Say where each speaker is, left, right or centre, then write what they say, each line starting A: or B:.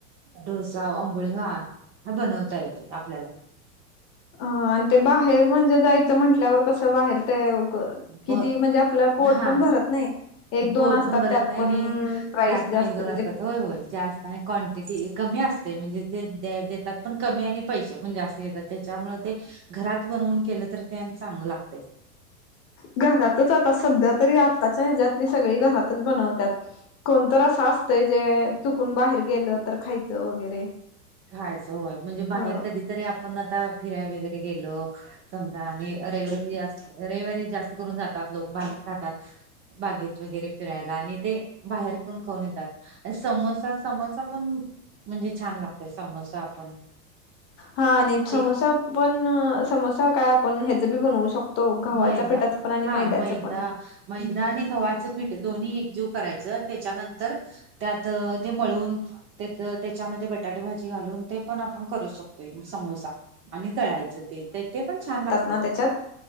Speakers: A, on the right; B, on the left.
A: डोसा आंबोळी हा बनवता येते आपल्याला.
B: ह आणि ते बाहेर म्हणजे जायचं म्हंटल्यावर कसं बाहेर. तेव क किती
A: ब
B: म्हणजे आपला पोट
A: हा
B: पण भरत नाही. एक दोन
A: पोट
B: असतात
A: पण भरत
B: त्यात
A: नाही
B: पण प्राईस
A: त्यात
B: जास्त
A: पण एक दोन
B: त्याचे
A: असतात होय होय जास्त. आणि क्वांटिटी कमी असते म्हणजे दे दा देतात पण कमी आणि पैसे जास्त. देतात त्याच्यामुळे ते घरात बनवून केलं तर ते चांगलं लागतय.
B: घरातच आता सध्या तरी आत्ताच्या ह्याच्यातली सगळी घरातच बनवतात. कोणत असं असतंय जे चुकून बाहेर गेलं तर खायचं वगैरे.
A: खायचं होय म्हणजे बाहेर
B: अ
A: कधीतरी आपण आता फिराय वगैरे गेलो. समजा आणि रविवार जास्त रविवारी जास्त करून जातात लोक बाहेर खातात. बागेत वगैरे फिरायला आणि ते बाहेर. खाऊन येतात अ समोसा समोसा पण म्हणजे छान लागतय समोसा आपण.
B: हा आणि समोसा
A: ते
B: पण समोसे. से काय आपण ह्याच बी बनवू शकतो घव्हाच्या
A: मैदा
B: पिठाचं पण आणि
A: हा
B: मैद्याचं
A: मैदा
B: पण.
A: मैदा आणि गव्हाचं पीठ दोन्ही एकजीव करायचं त्याच्यानंतर. त्यात ते मळून. त्या त्याच्यामध्ये बटाटे भाजी घालून ते पण आपण करू शकतोय समोसा. आणि तळायचं ते ते पण छान लागत.
B: न त्याच्यात.